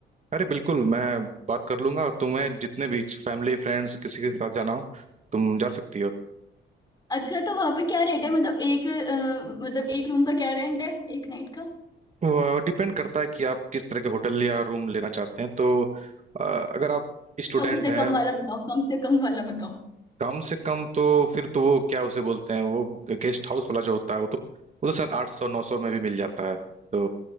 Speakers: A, on the right (about 35°); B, on the left (about 20°).
A: अरे बिल्कुल मैं बात कर लूंगा तुम्हें जितने भी फैमिली फ्रेंड्स किसी के साथ जाना हो तुम जा सकती हो
B: अच्छा तो वहां पे क्या रेट है मतलब एक अ, मतलब एक रूम का क्या रेंट है एक नाइट का
A: वो डिपेंड करता है कि आप किस तरह के होटल या रूम लेना चाहते हैं तो अ, अगर आप स्टूडेंट
B: कम से
A: हैं
B: कम वाला बताओ कम से कम वाला बताओ
A: कम से कम तो फिर तो वो क्या उसे बोलते हैं वो गेस्ट हाउस वाला जो होता है वो तो वो तो शायद आठ सौ नौ सौ में भी मिल जाता है तो